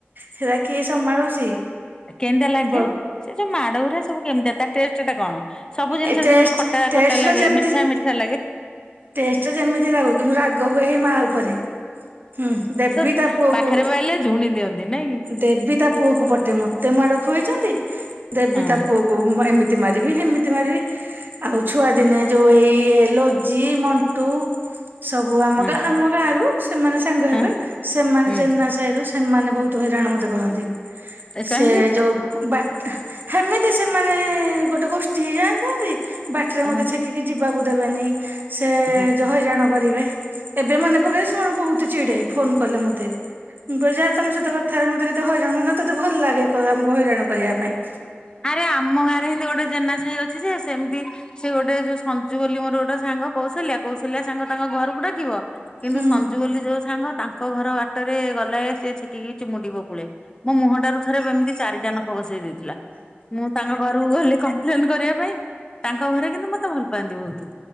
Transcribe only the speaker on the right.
ସେଟା କିଏ ସମ୍ଭାଳୁଛି।
ବ
ଏ ଟେଷ୍ଟ
ଟେଷ୍ଟ
ର ଯେମିତି
ଟେଷ୍ଟ ଟା ଯେମିତି ଲାଗୁ କିନ୍ତୁ ରାଗ ହୁଏ ହେ ମା ଉପରେ। ହୁଁ ଦେବି
ତା ପୁଅକୁ
ହଁ
ଦେବୀ ତା ପୁଅକୁ ପଟେ ମତେ ମାଡ ଖୁଆଇଛନ୍ତି ଦେବୀ
ତା ପୁଅକୁ ଏମିତି ଏମିତି ମାରିବି ସେମିତି ମାରିବି ଆଉ ଛୁଆ ଦିନେ ଯୋଉ ଏଇ ଲ ଅଜି ମଣ୍ଟୁ ସବୁ ଆମ
ଗାଁ ଆମ ଗାଁ ରୁ ସେମାନେ ସାଙ୍ଗ
ହେବେ ସେମାନେ
ଜେନା ସାହି ରୁ ସେମାନେ ବହୁତ ହଇରାଣ ମତେ କରନ୍ତି।
ସେ ଯୋଉ ବା ସେମିତି ସେମାନେ ଗୋଟେ ଗୋଷ୍ଠୀ ହେଇ ଜାଇଥାନ୍ତି। ବାଟରେ
ମତେ ଛେକିକି ଯିବାକୁ ଦେବେନି ସେ
ହଇରାଣ କରିବେ। ଏବେ ମନେ ପକେଇଲେ ସେମାନେ ବହୁତ ଚିଡେ ଫୋନ କଲେ ମତେ ମୁଁ କହେ ଯା ତମ ସହିତ କଥା ହେବିନି ମତେ କେତେ ହଇରାଣ ମାନେ ତତେ ଭଲ ଲାଗେ ଆମକୁ ହଇରାଣ କରିବା ପାଇଁ।
ହୁଁ